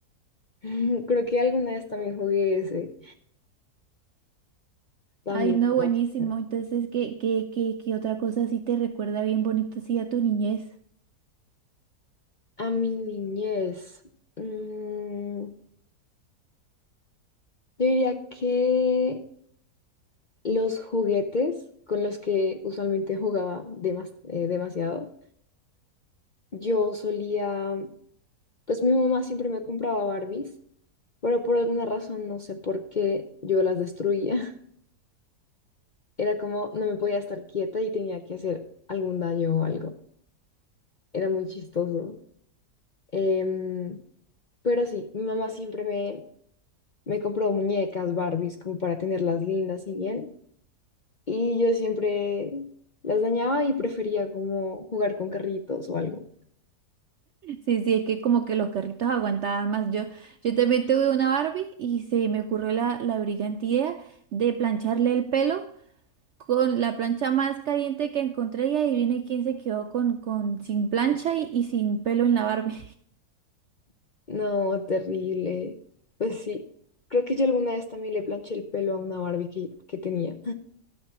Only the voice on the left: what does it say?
<laughs> Creo que alguna vez también jugué ese, también
era
súper.
A mi niñez, mm, yo diría que... Los juguetes con los que usualmente jugaba demas- eh, demasiado. Yo solía, pues mi mamá siempre me compraba Barbies, pero por alguna razón, no sé por qué, yo las destruía. <laughs> Era como, no me podía estar quieta y tenía que hacer algún daño o algo. Era muy chistoso. Em, pero sí, mi mamá siempre me, me compró muñecas Barbies como para tenerlas lindas y bien. Y yo siempre las dañaba y prefería como jugar con carritos o algo.
No, terrible. Pues sí, creo que yo alguna vez también le planché el pelo a una Barbie que, que tenía.